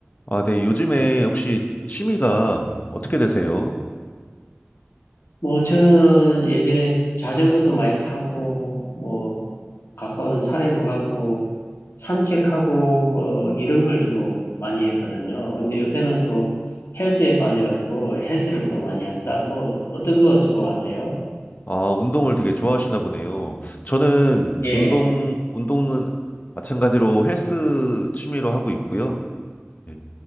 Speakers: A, on the left; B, on the left.
A: 아, 네. 요즘에 혹시 취미가 어떻게 되세요?
B: 뭐 저는 예전에 자전거도 많이 타고 뭐 가까운 산에도 가고 산책하고 뭐 이런 걸 주로 많이 했거든요. 근데 요새는 또 헬스에 빠져가지고 헬스를 또 많이 합니다. 뭐 어떤 거 주로 하세요?
A: 아, 운동을 되게 좋아하시나 보네요. 저는
B: 예.
A: 운동, 운동은 마찬가지로 헬스 취미로 하고 있고요. 네,